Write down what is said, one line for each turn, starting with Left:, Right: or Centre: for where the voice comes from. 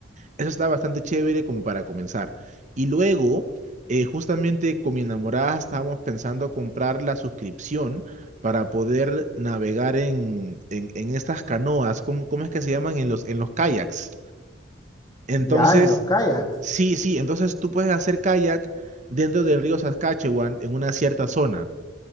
Right: Eso está bastante chévere como para comenzar. Y luego, eh, justamente con mi enamorada estábamos pensando comprar la suscripción para poder navegar en, en, en estas canoas, ¿cómo, cómo es que se llaman? En los, en los kayaks. Entonces,
Left: Ya, en los kayaks.
Right: sí, sí, entonces tú puedes hacer kayak dentro del río Saskatchewan en una cierta zona.